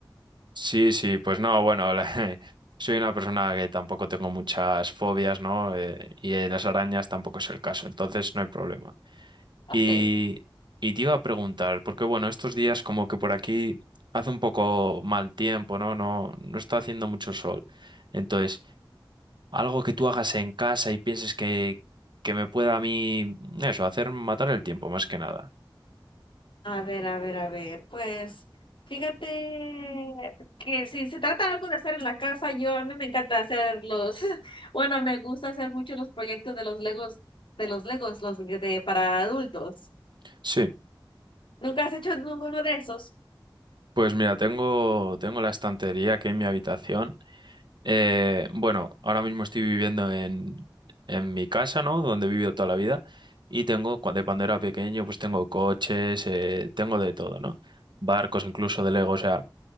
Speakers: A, on the right (about 60°); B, on the left (about 75°).
A: Sí, sí, pues no, bueno, la- <laughs> soy una persona que tampoco tengo muchas fobias, ¿no? Eh, y eh, las arañas tampoco es el caso, entonces no hay problema.
B: Ok.
A: Y, y te iba a preguntar, porque bueno, estos días como que por aquí hace un poco mal tiempo, ¿no? No, no está haciendo mucho sol. Entonces, algo que tú hagas en casa y pienses que, que me pueda a mí, eso, hacer matar el tiempo, más que nada.
B: A ver, a ver, a ver, pues fíjate que si se trata algo de hacer en la casa, yo a mí me encanta hacer los, <laughs> bueno, me gusta hacer mucho los proyectos de los Legos, de los Legos, los de para adultos.
A: Sí,
B: ¿Nunca has hecho ninguno de esos?
A: pues mira, tengo, tengo la estantería aquí en mi habitación. Eh, bueno, ahora mismo estoy viviendo en, en mi casa, ¿no? Donde he vivido toda la vida. Y tengo, cu- de cuando era pequeño, pues tengo coches, eh, tengo de todo, ¿no? Barcos, incluso de Lego, o sea,